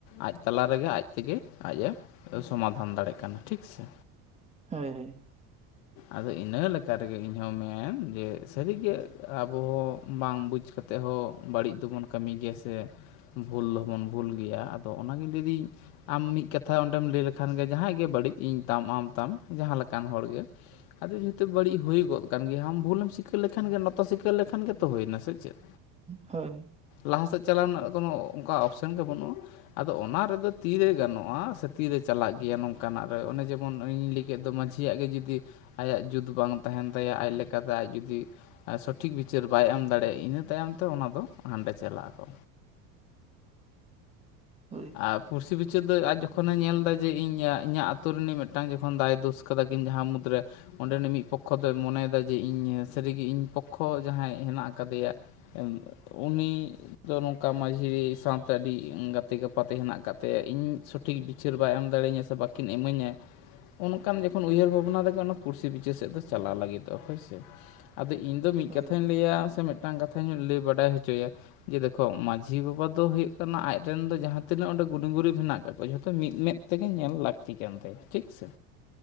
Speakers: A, on the left (about 80°); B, on the right (about 15°).
A: ᱟᱡ ᱛᱟᱞᱟ ᱨᱮᱜᱮ ᱟᱡ ᱛᱮᱜᱮ ᱟᱡᱼᱮ ᱥᱚᱢᱟᱫᱷᱟᱱ ᱫᱟᱲᱮᱜ ᱠᱟᱱᱟ ᱴᱷᱤᱠ ᱥᱮ
B: ᱦᱳᱭ
A: ᱟᱫᱚ ᱤᱱᱟᱹ ᱞᱮᱠᱟ ᱨᱮᱜᱮ ᱤᱧ ᱦᱚᱧ ᱢᱮ ᱡᱮ ᱥᱟᱹᱨᱤᱜᱮ ᱟᱵᱚᱦ ᱦᱚᱸ ᱵᱟᱝ ᱵᱩᱡᱽ ᱠᱟᱛᱮᱫ ᱦᱚᱸ ᱵᱟᱹᱲᱤᱡ ᱫᱚᱵᱚᱱ ᱠᱟᱹᱢᱤ ᱜᱮᱭᱟ ᱥᱮ ᱵᱷᱩᱞ ᱫᱚᱵᱚᱱ ᱵᱷᱩᱞ ᱜᱮᱭᱟ ᱟᱫᱚ ᱚᱱᱟᱜᱮᱧ <unintelligible> ᱟᱢ ᱢᱤᱫ ᱠᱟᱛᱷᱟ ᱚᱸᱰᱮᱢ ᱞᱟᱹᱭ ᱞᱮᱠᱷᱟᱱ ᱜᱮ ᱡᱟᱦᱟᱸᱭ ᱜᱮ ᱵᱟᱹᱲᱤᱡ ᱤᱧ ᱛᱟᱢ ᱟᱢ ᱛᱟᱢ ᱡᱟᱦᱟᱸ ᱞᱮᱠᱟᱱ ᱦᱚᱲᱜᱮ ᱟᱫᱚ ᱡᱮᱦᱮᱛᱩ ᱵᱟᱹᱲᱤᱡ ᱦᱩᱭ ᱜᱚᱫ ᱠᱟᱱ ᱜᱮᱭᱟ ᱟᱢ ᱵᱷᱩᱞᱮᱢ ᱥᱤᱠᱟᱹ ᱞᱮᱠᱷᱟᱱ ᱜᱮ ᱱᱚᱛᱚ ᱥᱤᱸᱠᱟᱹᱣ ᱞᱮᱠᱷᱟᱱ ᱜᱮᱛᱚ ᱦᱩᱭᱮᱱᱟ ᱥᱮ ᱪᱮᱫ
B: ᱦᱚᱭ
A: ᱞᱟᱦᱟᱥᱮᱫ ᱪᱟᱞᱟᱣ ᱨᱮᱱᱟᱜ ᱠᱚᱱᱚ ᱚᱱᱠᱟ ᱚᱯᱥᱚᱱ ᱜᱮ ᱵᱟᱹᱱᱩᱜᱼᱟ ᱟᱫᱚ ᱚᱱᱟ ᱨᱮᱫᱚ ᱛᱤᱨᱮ ᱜᱟᱱᱚᱜᱼᱟ ᱥᱮ ᱛᱤᱨᱮ ᱪᱟᱞᱟᱜ ᱜᱮᱭᱟ ᱱᱚᱝᱠᱟᱱᱟᱜ ᱨᱮ ᱚᱱᱮ ᱡᱮᱢᱚᱱ ᱤᱧ ᱞᱟᱹᱭ ᱠᱮᱫ ᱫᱚ ᱢᱟᱹᱡᱷᱤᱭᱟᱜ ᱜᱮ ᱡᱩᱫᱤ ᱟᱭᱟᱜ ᱡᱩᱛ ᱵᱟᱝ ᱛᱟᱦᱮᱱ ᱛᱟᱭᱟ ᱟᱡ ᱞᱮᱠᱟᱛᱮ ᱟᱡ ᱡᱩᱫᱤ ᱥᱚᱴᱷᱤᱠ ᱵᱤᱪᱟᱹᱨ ᱵᱟᱭ ᱮᱢ ᱫᱟᱲᱮᱭᱟᱜᱼᱟ ᱤᱱᱟᱹ ᱛᱟᱭᱚᱢ ᱛᱮ ᱚᱱᱟ ᱫᱚ ᱦᱟᱸᱰᱮ ᱪᱟᱞᱟᱜ ᱟᱠᱚ
B: ᱦᱳᱭ
A: ᱟᱯ ᱠᱩᱥᱤ ᱵᱤᱪᱟᱹᱨ ᱫᱚ ᱟᱡ ᱡᱚᱠᱷᱚᱱᱮ ᱧᱮᱞ ᱮᱫᱟ ᱡᱮ ᱤᱧ ᱤᱧᱟᱹᱜ ᱟᱛᱳ ᱨᱤᱱᱤᱡ ᱢᱤᱫᱴᱟᱝ ᱡᱚᱠᱷᱚᱱ ᱵᱟᱭ ᱫᱳᱥ ᱟᱠᱟᱫᱟ ᱠᱤᱱ ᱡᱟᱦᱟᱸ ᱢᱩᱫᱽᱨᱮ ᱚᱸᱰᱮᱱᱤᱡ ᱢᱤᱫ ᱯᱚᱠᱷᱚ ᱫᱚᱭ ᱢᱚᱱᱮᱭᱮᱫᱟ ᱡᱮ ᱤᱧ ᱥᱟᱹᱨᱤᱜᱮ ᱤᱧ ᱯᱚᱠᱷᱚ ᱡᱟᱦᱟᱸᱭ ᱦᱮᱱᱟᱜ ᱟᱠᱟᱫᱮᱭᱟ ᱩᱱᱤ ᱫᱚ ᱱᱚᱝᱠᱟ ᱢᱟᱹᱡᱷᱤ ᱥᱟᱶᱛᱮ ᱟᱹᱰᱤ ᱜᱟᱛᱮ ᱜᱟᱯᱟᱛᱮ ᱦᱮᱱᱟᱜ ᱟᱠᱟᱫ ᱛᱟᱭ ᱛᱮ ᱤᱧ ᱥᱚᱴᱷᱤᱠ ᱵᱤᱪᱟᱹᱨ ᱵᱟᱭ ᱮᱢ ᱫᱟᱲᱮᱟᱹᱧᱟᱹ ᱥᱮ ᱵᱟᱠᱤᱱ ᱤᱢᱟᱹᱧᱟᱭ ᱚᱱᱠᱟᱱ ᱡᱚᱠᱷᱚᱱ ᱩᱭᱦᱟᱹᱨ ᱵᱷᱟᱵᱽᱱᱟ ᱨᱮᱜᱮ ᱚᱱᱟ ᱯᱩᱲᱥᱤ ᱵᱤᱪᱟᱹᱨ ᱥᱮᱫ ᱫᱚ ᱪᱟᱞᱟᱣ ᱞᱟᱹᱜᱤᱫᱚᱜᱼᱟ ᱦᱳᱭ ᱥᱮ ᱟᱫᱚ ᱤᱧ ᱤᱧ ᱫᱚ ᱢᱤᱫ
B: ᱦᱳᱭ
A: ᱠᱟᱛᱷᱟᱧ ᱞᱟᱹᱭᱟ ᱥᱮ ᱢᱤᱫᱴᱟᱝ ᱠᱟᱛᱷᱟᱧ ᱞᱟᱹᱭ ᱵᱟᱰᱟᱭ ᱦᱚᱪᱚᱭᱟ ᱡᱮ ᱫᱮᱠᱷᱚ ᱢᱹᱡᱷᱤ ᱵᱟᱵᱟ ᱫᱚ ᱦᱩᱭᱩᱜ ᱠᱟᱱᱟ ᱟᱡᱨᱮᱱ ᱫᱚ ᱡᱟᱦᱟᱸ ᱛᱤᱱᱟᱹᱜ ᱚᱸᱰᱮ ᱜᱩᱱ ᱜᱩᱨᱤᱵᱽ ᱢᱮᱱᱟᱜ ᱟᱠᱟᱫ ᱠᱚᱣᱟ ᱡᱷᱚᱛᱚ ᱢᱤᱫ ᱢᱮᱫ ᱛᱮᱜᱮ ᱧᱮᱞ ᱞᱟᱹᱠᱛᱤ ᱠᱟᱱ ᱛᱟᱭᱟ ᱴᱷᱤᱠ ᱥᱮ